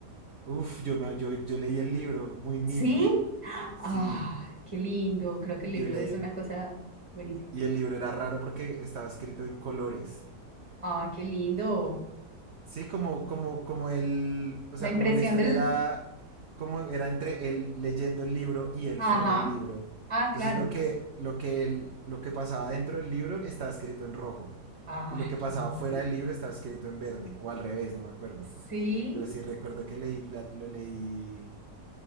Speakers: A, on the right; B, on the right.
A: Uf, yo, me- yo, yo leí el libro muy niño.
B: ¿Sí? Ah,
A: Sí,
B: qué lindo, creo que
A: yo
B: el libro
A: leí,
B: es una cosa buenísima.
A: Y el libro era raro porque estaba escrito en colores.
B: Ah, qué lindo.
A: Sí, como, como, como el, o
B: La
A: sea,
B: impresión
A: como la historia
B: del...
A: era, como era entre él leyendo el libro y él
B: Ajá,
A: fuera del libro.
B: ah,
A: Entonces
B: claro.
A: lo que, lo que, él- lo que pasaba dentro del libro estaba escrito en rojo.
B: Ah,
A: Y lo que
B: qué
A: pasaba
B: lindo.
A: fuera del libro estaba escrito en verde. O al revés, no me acuerdo.
B: Sí,
A: Pero sí recuerdo que leí, la- lo leí,